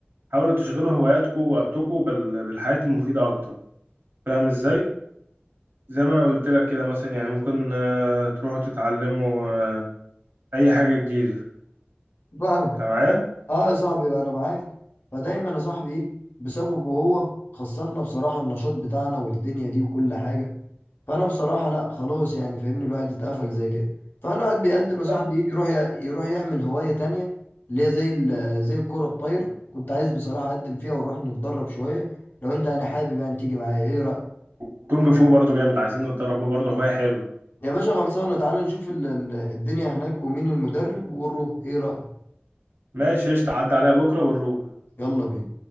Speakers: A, on the right; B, on the left.
A: حاولوا تشغلوا هواياتكم ووقتكم بال- بالحياة المفيدة اكتر فاهم ازاي زي ما انا قلت لك كده مثلا يعني ممكن آه، تروحوا تتعلموا آه، اي حاجه جديده
B: فاهم
A: انت معايا
B: اه يا صاحبي انا معاك فدايما يا صاحبي ايه بسببه هو خسرنا بصراحة النشاط بتاعنا والدنيا دي وكل حاجة فانا بصراحه لا خلاص يعني فاهمني الواحد اتقفل زي كده فالواحد بيقدم يا صاحبي
A: لا
B: يجي يروح ي- يروح يعمل هوايه تانية اللي هي زي ال- زي الكره الطايره كنت عايز بصراحه اقدم فيها ونروح نتدرب شويه لو انت يعني حابب يعني تيجي معايا ايه رايك
A: وكونج فو برضو جامد عايزين نتدربه برضو هوايه حلوه
B: يا باشا خلصانه تعالى نشوف ال- ال- الدنيا هناك ومين المدرب ونروح ايه رايك
A: ماشي قشطة عدى عليها بكره ونروح
B: يلا بينا